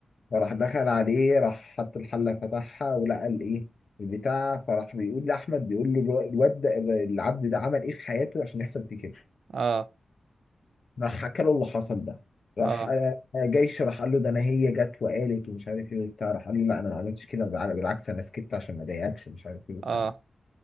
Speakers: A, on the left (about 60°); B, on the right (about 85°).
A: فراح دخل عليه راح حط الحلة فتحها ولقى الايه البتاع فراح بيقول لأحمد بيقول له الو- الواد ده العبد ده عمل ايه في حياته عشان يحصل فيه كده
B: اه
A: راح حكى له اللي حصل ده راح
B: اه
A: آه، جيش راح قال له ده انا هي جت وقالت ومش عارف ايه وبتاع راح قال له لا انا ما عملتش كده بال- بالعكس انا سكت عشان ما اضايقكش ومش عارف ايه وبتاع
B: اه